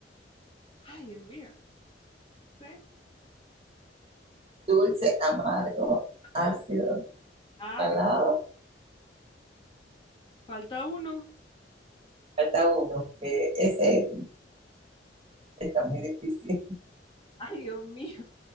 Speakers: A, on the left; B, on the right.
A: Ay, Dios mío. C,
B: dulce, amargo,
A: ajá,
B: ácido,
A: agri,
B: salado.
A: falta uno.
B: Falta uno, que ese está muy difícil.
A: Ay, Dios mío,